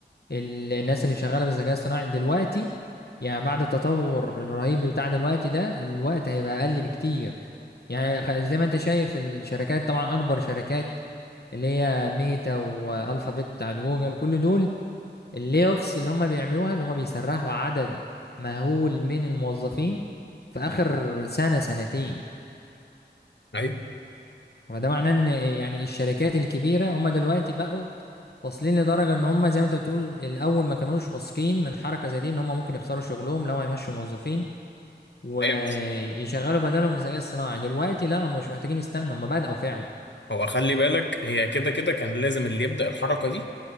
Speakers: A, on the left; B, on the left.
A: ال... الناس اللي شغالة بالذكاء الصناعي دلوقتي يعني بعد التطور الرهيب بتاع دلوقتي ده الوقت هيبقى اقل بكتير يعني خ- زي ما انت شايف الشركات طبعا اكبر شركات اللي هي ميتا والفابت بتاعت جوجل كل دول اللي اوفس اللي هم بيعملوها اللي هم بيسرحوا عدد مهول من الموظفين في اخر سنة سنتين
B: ايوه
A: فده معناه ان يعني الشركات الكبيرة هم دلوقتي بقوا واصلين لدرجة ان هم زي ما انت بتقول الاول ما كانوش واثقين من حركة زي دي ان هم ممكن يخسروا شغلهم لو هيمشوا موظفين ويشغلوا
B: ايوه بس
A: بدلهم الذكاء الصناعي دلوقتي لا هم مش محتاجين يستنوا هم بدأوا فعلا
B: هو خلي بالك هي كده كده كان لازم اللي يبدأ الحركة دي